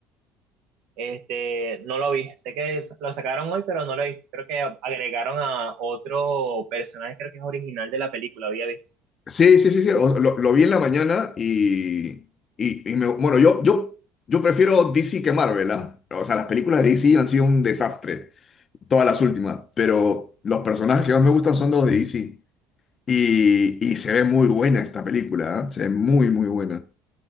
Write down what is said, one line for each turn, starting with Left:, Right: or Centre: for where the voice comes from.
Right: Este, no lo vi. Sé que es- lo sacaron hoy, pero no lo vi. Creo que agregaron a otro personaje, creo que es original de la película, había visto.
Left: Sí, sí, sí, sí. o- Lo, lo vi en la mañana y, y, y me- bueno, yo, yo, yo prefiero DC que Marvel, ¿ah? O sea, las películas de DC han sido un desastre, todas las últimas, pero los personajes que más me gustan son los de DC. Y, y se ve muy buena esta película, ¿ah? Se ve muy, muy buena.